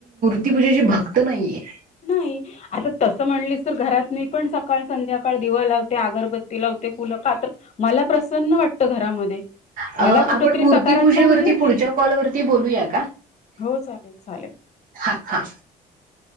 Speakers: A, on the right (about 55°); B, on the left (about 40°).
A: ति पूजेची भक्त नाहीये.
B: नाही आता तस म्हणली तर घरात मी पण सकाळ संध्याकाळ दिव लावते. आगरब. ला होते फुलं का तर मला प्रसन्न वाटतं घरामध्ये.
A: अ
B: मला कुठतरी
A: आपण मूर्ती
B: सकारात्मक
A: पूजेवरती
B: ऊर्जा येते
A: पुढच्या कॉलवररती बोलूया का.
B: हो चालेल चालेल.
A: हा हा.